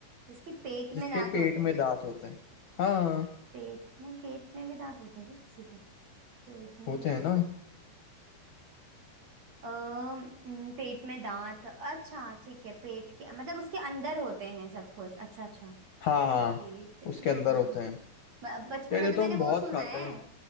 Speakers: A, on the right; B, on the left.
A: जिसके पेट में
B: जिसके
A: दांत
B: पेट
A: होते हैं
B: में दांत होते हैं हाँ
A: पेट में पेट में भी दांत होते हैं क्या किसी के पेट में
B: होते हैं ना
A: अ, न, पेट में दांत अच्छा ठीक है पेट के मतलब उसके अंदर होते हैं सब कुछ अच्छा अच्छा
B: हाँ हाँ
A: पेट
B: उसके
A: में
B: अंदर
A: दांत
B: होते हैं
A: ब- बचपन
B: यार
A: में
B: ये
A: तो
B: तो
A: मैंने
B: हम
A: वो
B: बहुत
A: सुना
B: खाते
A: है
B: हैं